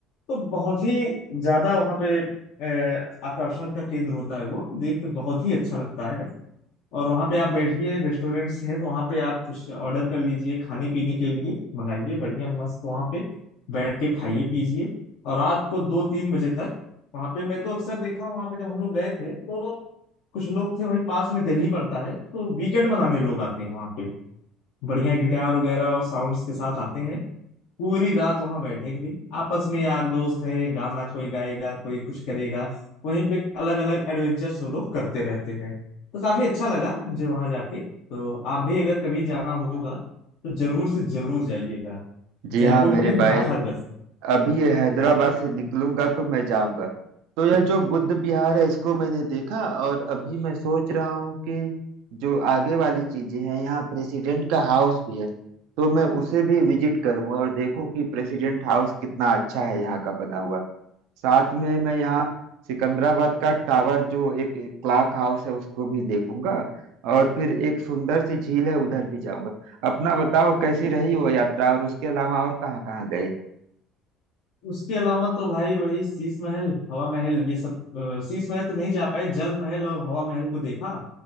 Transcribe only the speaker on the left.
तो बहुत ही ज्यादा वहाँ पे अ, आकर्षण का केंद्र होता है वो देख के बहुत ही अच्छा लगता है और वहाँ पे आप बैठिए रेस्टोरेंट्स हैं तो वहाँ पे आप कुछ ऑर्डर कर लीजिए खाने पीने के लिए मंगाइए बढ़िया मस्त वहाँ पे बैठ के खाइए पीजिए और रात को दो तीन बजे तक वहाँ पे मैं तो अक्सर देखा हूँ वहाँ पे जब हम लोग गए थे तो कुछ लोग थे वहीं पास में दिल्ली पड़ता है तो वीकेंड बनाने लोग आते हैं वहाँ पे बढ़िया गिटार वगैरह और साउंड्स के साथ आते हैं पूरी रात वहां बैठेंगे आपस में यार दोस्त है गाना कोई गाएगा कोई कुछ करेगा वहीं पे अलग अलग एडवेंचर्स वो लोग करते रहते हैं तो काफी अच्छा लगा मुझे वहां जाके तो आप भी अगर कभी जाना होगा तो जरूर से जरूर जाइएगा
जयपुर
में नाहरगढ़
हाँ,
उसके अलावा तो भाई वही शीश महल हवा महल ये सब अ, शीश महल तो नहीं जा पाए जल महल और हवा महल को देखा